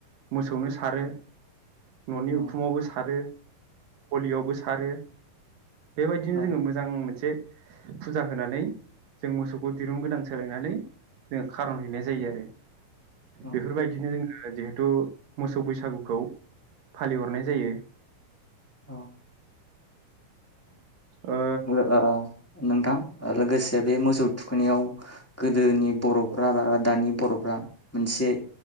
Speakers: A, on the right; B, in the centre.
A: मोसौनो सारो। न'नि
B: औ
A: उखुमावबो सारो। गलियावबो सारो। बेबायदिनो
B: औ
A: जोङो मोजां मोनसे फुजा होनानै जों मोसौखौ दिरुं गोदान सोलायनानै जों खारन हैैनाय जायो आरो।
B: औ
A: बेफोरबायदिनो जों जिहेथु मोसौ बैसागुखौ फालिहरनाय जायो
B: औ
A: ओ
B: हेलो ओ नोंथां लोगोसे बे मोसौ थुखैनायाव गोदोनि बर'फ्रा रा दानि बर'फ्रा मोनसे